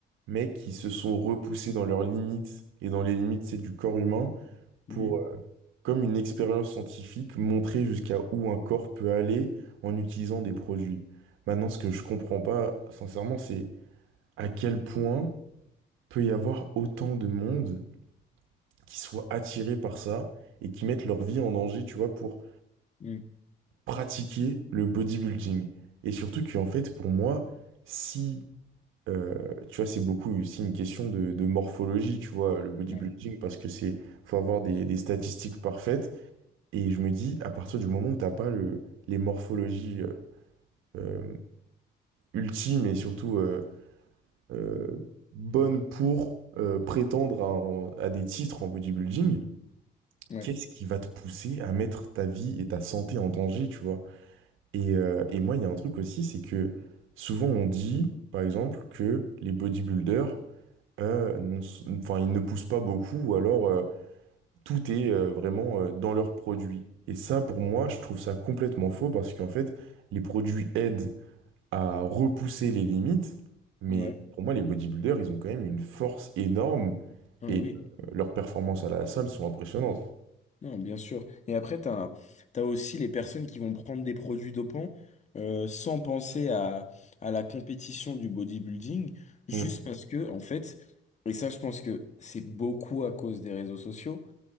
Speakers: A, on the right; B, on the left.
A: mecs qui se sont repoussés dans leurs limites et dans les limites, c'est du corps humain pour,
B: Mhm.
A: euh, comme une expérience scientifique, montrer jusqu'à où un corps peut aller en utilisant des produits. Maintenant, ce que je comprends pas, sincèrement, c'est à quel point peut y avoir autant de monde qui soit attiré par ça et qui mettent leur vie en danger, tu vois, pour
B: Mhm.
A: pratiquer le bodybuilding. Et surtout qu'en fait, pour moi, si, euh, tu vois, c'est beaucoup aussi une question de, de morphologie, tu vois, le bodybuilding,
B: Ouais.
A: parce que c'est, faut avoir des, des statistiques parfaites. Et je me dis, à partir du moment où t'as pas le, les morphologies euh, euh, ultimes et surtout euh, euh, bonnes pour euh, prétendre à, un- à des titres en bodybuilding,
B: Ouais.
A: qu'est-ce qui va te pousser à mettre ta vie et ta santé en danger, tu vois? Et, euh, et moi, il y a un truc aussi, c'est que souvent on dit, par exemple, que les bodybuilders, euh, n'ont- enfin, ils ne poussent pas beaucoup, ou alors euh, tout est euh, vraiment euh, dans leurs produits. Et ça, pour moi, je trouve ça complètement faux, parce qu'en fait, les produits aident à repousser les limites, mais
B: Ouais.
A: pour moi, les bodybuilders, ils ont quand même une force énorme,
B: Ah, mais
A: et
B: oui.
A: euh, leurs performances à la salle sont impressionnantes.
B: Non, bien sûr. Et après, tu as, aussi les personnes qui vont prendre des produits dopants euh, sans penser à, à la compétition du bodybuilding, juste
A: Mm.
B: parce que, en fait, et ça, je pense que c'est beaucoup à cause des réseaux sociaux.